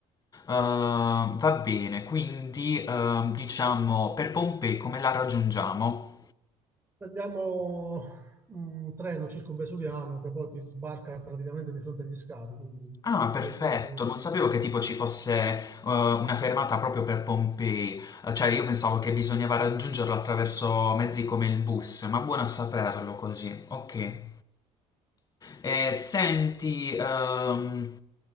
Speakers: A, on the left; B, on the right.
A: va bene, quindi ehm, diciamo per Pompei come la raggiungiamo?
B: Prendiamo un treno circumvesuviano che poi ti sbarca praticamente di fronte agli scavi, quindi
A: Ah, perfetto,
B: 20 minuti.
A: non
B: 30
A: sapevo
B: secondi,
A: che tipo ci fosse eh, una fermata proprio per Pompei, Eh, cioè io pensavo
B: così.
A: che bisognava raggiungerlo attraverso mezzi come il bus, ma buono a saperlo così, ok. Eh, senti, ehm,